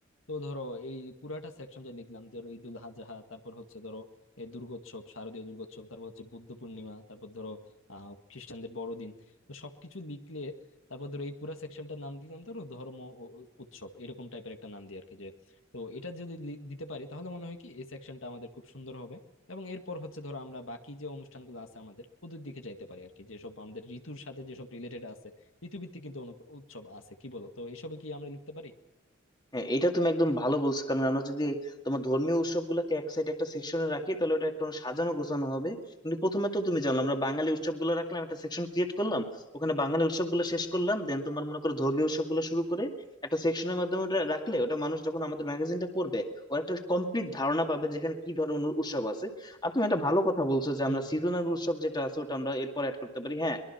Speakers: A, on the left; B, on the left.
A: তো ধরো এই পুরাটা সেকশন যা লিখলাম ধরো ঈদুল আজহা তারপর হচ্ছে ধরো এই দুর্গোৎসব শারদীয় দুর্গোৎসব তারপর হচ্ছে বুদ্ধ পূর্ণিমা তারপর ধরো আহ খ্রিস্টানদের বড়দিন তো সবকিছু লিখলে তারপর ধরো এই পুরা সেকশনটার নাম দিলাম ধরো ধর্ম ও উ- উৎসব এরকম টাইপের একটা নাম দিই আর কি যে তো এটা যদি লি- দিতে পারি তাহলে মনে হয় কি এই সেকশনটা আমাদের খুব সুন্দর হবে এবং এরপর হচ্ছে ধরো আমরা বাকি যে অনুষ্ঠানগুলো আছে আমাদের ওদের দিকে যাইতে পারি আর কি যেসব আমাদের ঋতুর সাথে যেসব রিলেটেড আছে ঋতুভিত্তিক কিন্তু অনেক উৎসব আছে কি বলো তো এসবে কি আমরা লিখতে পারি
B: হ্যাঁ এটা তুমি একদম ভালো বলছো কারণ আমরা যদি তোমার ধর্মীয় উৎসবগুলোকে এক সাইডে একটা সেকশনে রাখি তাহলে ওটা একটু সাজানো গোছানো হবে কিন্তু প্রথমে তো তুমি জানো আমরা বাঙালি উৎসবগুলো রাখলাম একটা সেকশন ক্রিয়েট করলাম ওখানে বাঙালি উৎসবগুলো শেষ করলাম দেন তোমার মনে করো ধর্মীয় উৎসবগুলো শুরু করে একটা সেকশনের মাধ্যমে ওটা রাখলে ওটা মানুষ যখন আমাদের ম্যাগাজিনটা পড়বে ওর একটা কমপ্লিট ধারণা পাবে যেখানে কি ধরনের উৎসব আছে আর তুমি একটা ভালো কথা বলছো যে
A: হুম
B: আমরা সিজনাল উৎসব যেটা আছে ওটা আমরা এরপর অ্যাড করতে পারি হ্যাঁ